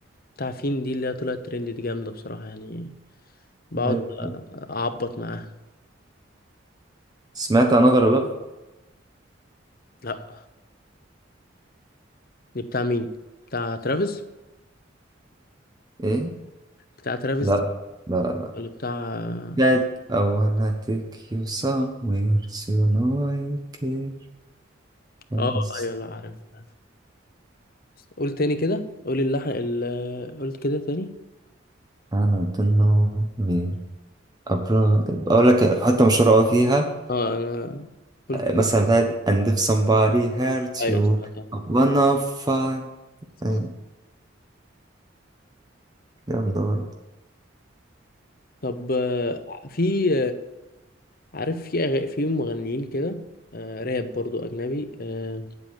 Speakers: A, on the left; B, on the right.
A: بتاع فين دي اللي هي طلعت ترند دي جامده بصراحه يعني بقعد
B: أيوة.
A: اعبط معاها
B: سمعت انذر لاف
A: لا دي بتاع مين بتاع ترافيس
B: ايه
A: بتاع ترافيس
B: لا لا لا
A: ولا بتاع
B: That I wanna take you somewhere so you know I care for
A: اه
B: us.
A: ايوه لا عارف عارف. قول تاني كده قول اللحن ال... قلت كده تاني
B: أنا ضمنه مين أبرار أقول لك حتة مشهورة أوي فيها
A: اه انا قلت كده
B: مثلا بتاعت And if somebody hurt
A: ايوه
B: you
A: سمعتها
B: I'm gonna fight أي،
A: سمعتها.
B: جامدة برضه
A: طب آه، في عارف في أغ... في مغنيين كده آه راب برضو أجنبي آه